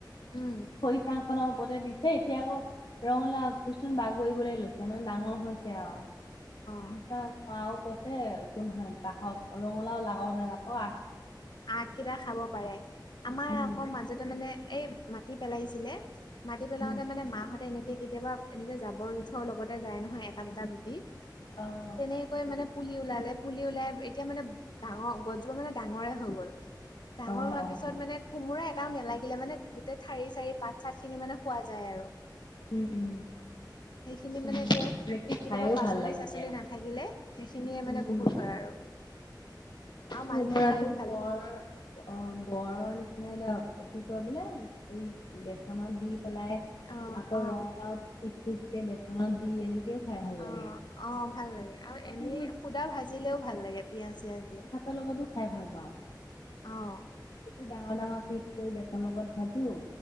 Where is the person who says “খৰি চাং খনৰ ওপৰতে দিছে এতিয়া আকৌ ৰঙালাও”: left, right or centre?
Left